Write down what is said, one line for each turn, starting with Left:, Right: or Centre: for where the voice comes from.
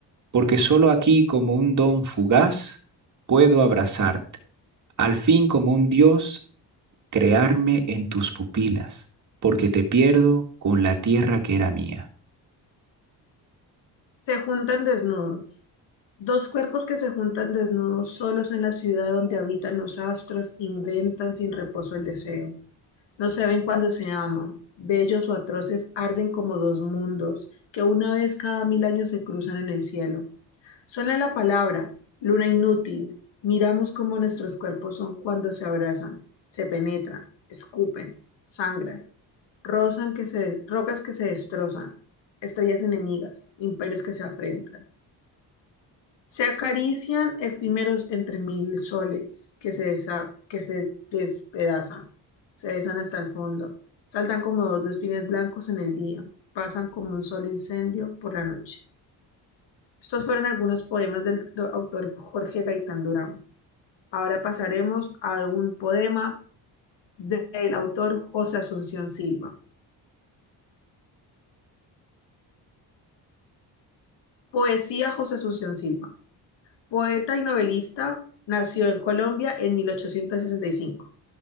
Right: porque solo aquí como un don fugaz puedo abrazarte, al fin como un dios crearme en tus pupilas, porque te pierdo con la tierra que era mía.
Left: Se juntan desnudos. Dos cuerpos que se juntan desnudos solos en la ciudad donde habitan los astros, inventan sin reposo el deseo. No se ven cuando se aman. Bellos o atroces arden como dos mundos que una vez cada mil años se cruzan en el cielo. Suena la palabra, luna inútil. Miramos cómo nuestros cuerpos son cuando se abrazan, se penetran, escupen, sangran, rozan que se, rocas que se destrozan, estrellas enemigas, imperios que se afrentan. Se acarician efímeros entre mil soles que se, desa- que se despedazan, se besan hasta el fondo, saltan como dos desfiles blancos en el día, pasan como un solo incendio por la noche. Estos fueron algunos poemas del do- autor Jorge Gaitán Durán. Ahora pasaremos a un poema de- del autor José Asunción Silva. Poesía José Asunción Silva. Poeta y novelista, nació en Colombia en mil ochocientos sesenta y cinco